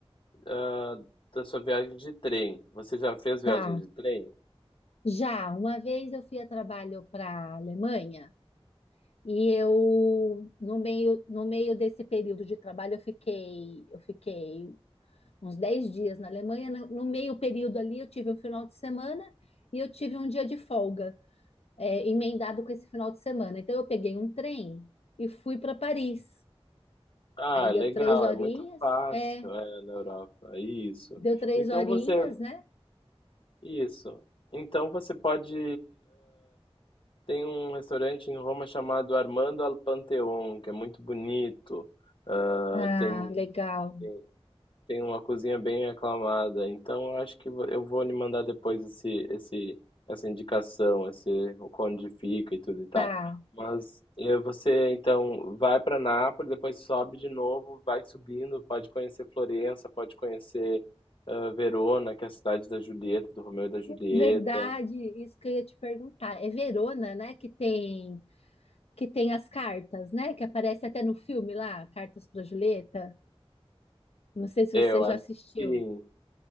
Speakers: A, on the left; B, on the left.
A: ah, da sua viagem de trem. Você já fez viagem
B: Tá.
A: de trem?
B: Já, uma vez eu fui a trabalho para a Alemanha. E eu, no meio, no meio desse período de trabalho, eu fiquei, eu fiquei uns 10 dias na Alemanha. No, no meio período ali, eu tive um final de semana e eu tive um dia de folga, é, emendado com esse final de semana. Então, eu peguei um trem e fui para Paris.
A: Ah,
B: Aí
A: é
B: deu
A: legal,
B: três horinhas,
A: é muito fácil,
B: é,
A: é, na Europa, isso.
B: deu três
A: Então
B: horinhas,
A: você
B: né?
A: isso. Então você pode, Tem um restaurante em Roma chamado Armando al Panteon, que é muito bonito. Ah,
B: Ah,
A: tem,
B: legal.
A: tem, tem uma cozinha bem aclamada. Então, eu acho que vo- eu vou lhe mandar depois esse, esse, essa indicação, esse, o onde fica e tudo e tal.
B: Tá.
A: Mas eh, você, então, vai para Nápoles, depois sobe de novo, vai subindo, pode conhecer Florença, pode conhecer ah, Verona, que é a cidade da Julieta, do Romeu e da Julieta.
B: Verdade, isso que eu ia te perguntar. É Verona, né, que tem que tem as cartas, né? Que aparece até no filme lá, Cartas para Julieta. Não sei se
A: É,
B: você
A: eu
B: já
A: acho
B: assistiu.
A: que sim,